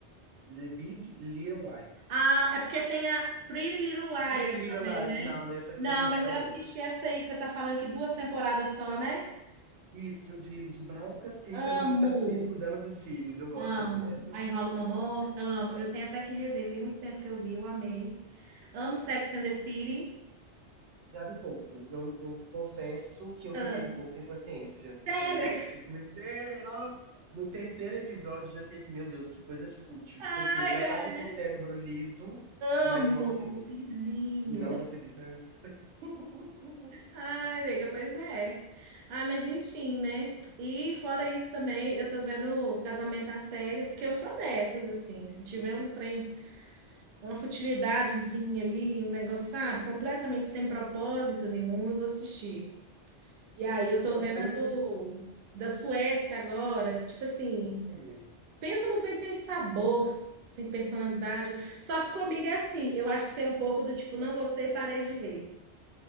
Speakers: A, on the right (about 80°); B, on the right (about 60°).
A: The Big Little Lies.
B: Ah, é porque tem a Pretty Little Liars
A: Pretty Little
B: também,
A: Lies.
B: né?
A: Não, nessa
B: Não,
A: coisa não.
B: mas
A: É
B: eu
A: outra.
B: assisti essa aí que você tá falando que duas temporadas só, né?
A: Isso, de, de, de brancas ricas
B: Amo.
A: nos Estados Unidos cuidando dos filhos. Eu gosto
B: Amo.
A: também. É
B: Aí rola uma morte. Amo. Eu tenho até que rever. Tem muito tempo que eu vi, eu amei. Amo Sex and the City.
A: Sabe pouco. Eu, eu confesso que eu
B: Ah,
A: fiquei um pouco sem paciência.
B: sério?
A: Eu falei, gente, eu comecei. Nossa. No terceiro episódio, eu já fiquei assim, meu Deus, que coisa fútil.
B: <laughs>
A: Tipo
B: Ai,
A: assim, eu já tava
B: ai,
A: com o cérebro liso, mas
B: amo.
A: eu não consegui.
B: Vizinho.
A: Não consegui, sabe? <laughs>
B: Ai, amiga, pois é. Ah, mas enfim, né? E fora isso também, eu tô vendo Casamento às Cegas, porque eu sou dessas, assim. Se tiver um trem, uma futilidadezinha ali, um negócio, sabe? Completamente sem propósito nenhum, eu vou assistir. E aí eu tô
A: Nossa,
B: vendo
A: falando.
B: a do, da Suécia agora, que tipo assim,
A: Nada a ver.
B: pensa num trem sem sabor, sem personalidade. Só que comigo é assim, eu acho que você é um pouco do tipo, não gostei, parei de ver.